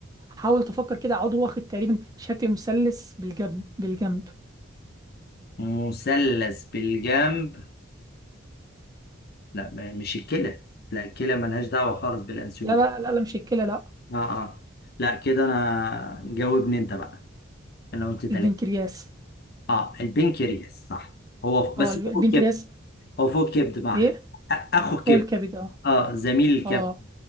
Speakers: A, on the right (about 20°); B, on the left (about 50°).
A: حاول تفكر كده عضو واخد تقريبا شكل مثلث بالجنب بالجنب
B: مثلث بالجنب لا ما- مش الكلى لا الكلى ملهاش دعوة خالص بالأنسولين
A: لا لا لا, لا مش الكلى لا
B: اه اه لا كده انا جاوبني انت بقى انا قلت ثلاثة
A: البنكرياس
B: اه البنكرياس صح هو ف- بس
A: اه الب- البنكرياس
B: هو فوق الكبد هو فوق الكبد مع
A: ايه
B: أ- اخو الكبد
A: هو الكبد اه
B: اه زميل الكبد
A: اه